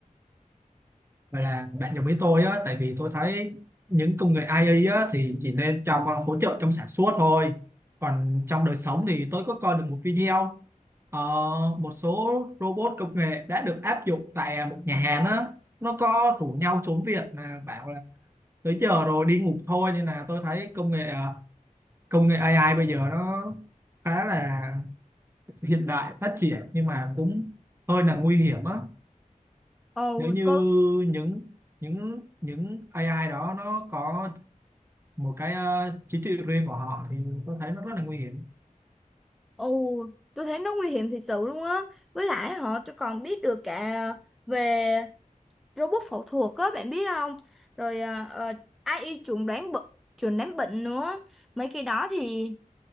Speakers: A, on the right; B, in the centre.
A: vậy là bạn đồng ý tôi á tại vì tôi thấy những công nghệ AI á thì chỉ nên trong ờ, hỗ trợ trong sản xuất thôi còn trong đời sống thì tôi có coi được một video ờ, một số robot công nghệ đã được áp dụng tại một nhà hàng á nó có rủ nhau trốn việc mà bảo là tới giờ rồi đi ngủ thôi nên là tôi thấy công nghệ ờ, công nghệ AI bây giờ nó khá là hiện đại phát triển nhưng mà cũng hơi là nguy hiểm á
B: ồ
A: nếu như
B: cô
A: những những những AI đó nó có một cái ờ, trí tuệ riêng của họ thì tôi thấy nó rất là nguy hiểm
B: ồ tôi thấy nó nguy hiểm thật sự luôn á với lại họ tôi còn biết được cả về robot phẫu thuật á bạn biết không rồi à, ờ, AI chuẩn đoán bệnh chuẩn đoán bệnh nữa mấy cái đó thì